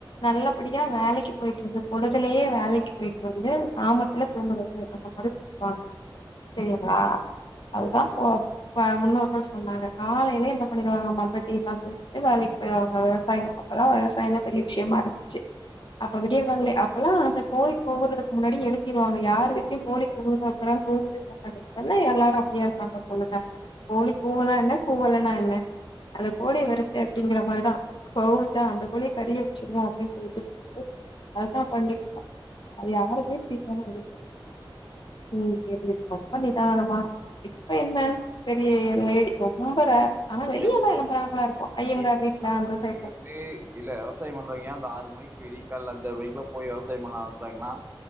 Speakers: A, on the left (about 60°); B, on the right (about 25°).
A: நல்லபடியா வேலைக்கு போயிட்டு வந்து பொழுதுலயே வேலைக் கு போய்ட்டு வந்து சாமத்துல தூங்குறது அந்த மாரி சொல்வாங்க சரிங்ளா அதுதா ப முன்னோர்கள் சொன்னாங்க காலைல என்ன பண்ணிருவாங்க மம்பட்டி சாக்கு போயிருவாங்க விவசாய அப்பல்லா விவசாயந்தா பெரிய விஷயமா இருந்துச்சு அப்ப விடியக்காலலே அப்பெல்லா அந்த கோழி கூவுறதுக்கு முன்னாடி எழுப்பிடுவாங்க யார் வீட்லயு கோழி கூவுனதுக்கப்புற தூங்கவே மாட்டாங்க சொன்னா எல்லாரு அப்படியா இருக்காங்க பொண்ணுங்க கோழி கூவுனா என்ன கூவலனா என்ன அந்த கோழிய வறு அப்படிங்கிற மாரிதா கூவுச்சா அந்த கோழிய கறிய வெச்சிருவோ அப்டினு சொல்லிட்டு அதா பண்ணிட்ருக்கோ அது யாருமே சீக்கிரமா எழுப்பறதில்ல <inaudible> ரொம்ப நிதானமா இப்ப என்ன பெரிய லேடி ரொம்ப ரேர் ஆனா வெளியெல்லா
B: ஏ
A: எழுப்பறாங்ளா இருக்கு
B: <inaudible>
A: ஐயங்கார் வீட்ல அந்த சைட்ல
B: இல்ல விவசாய பண்றவிங்க அந்த ஆறு மணிக்கு விடிய காலல அஞ்சர மணிக்லா போய் விவசாய பண்ண ஆரம்பிச்சாங்னா